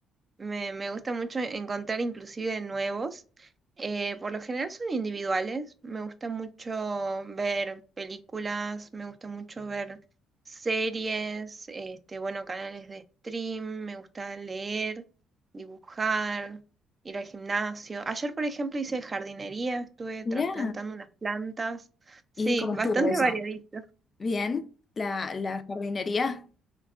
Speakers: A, on the right (about 35°); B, on the left (about 35°).
A: me- me gusta mucho encontrar inclusive nuevos. Eh, por lo general son individuales. Me gusta mucho ver películas, me gusta mucho ver series, este, bueno, canales de stream, me gusta leer, dibujar, ir al gimnasio. Ayer, por ejemplo, hice jardinería, estuve
B: Mirá,
A: trasplantando unas plantas. Sí,
B: ¿y cómo
A: bastante
B: estuvo eso?
A: <laughs> variadito.
B: Bien, la, la jardinería.